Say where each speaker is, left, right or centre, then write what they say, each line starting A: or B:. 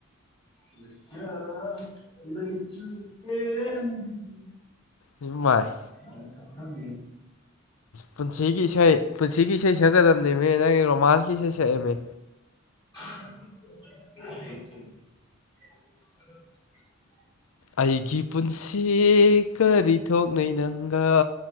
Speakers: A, on the left; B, on the left.
A: ꯂꯩꯁꯛ ꯂꯩꯆꯨ ꯍꯦꯟꯕꯤꯅꯤ
B: ꯏꯝꯃꯩ
A: ꯉꯥꯏꯍꯥꯛ ꯁꯛꯊꯒꯦꯍꯦ
B: ꯄꯨꯟꯁꯤꯒꯤ ꯏꯁꯩ ꯄꯨꯟꯁꯤꯒꯤ ꯏꯁꯩ ꯁꯛꯀꯗꯕꯅꯦꯃꯤ ꯅꯪꯒꯤ ꯔꯣꯃꯥꯟꯁꯀꯤ ꯏꯁꯩ ꯁꯛꯑꯦꯃꯤ
A: <unintelligible>
B: ꯑꯩꯒꯤ ꯄꯨꯟꯁꯤ ꯀꯔꯤ ꯊꯣꯛꯅꯩ ꯅꯪꯒ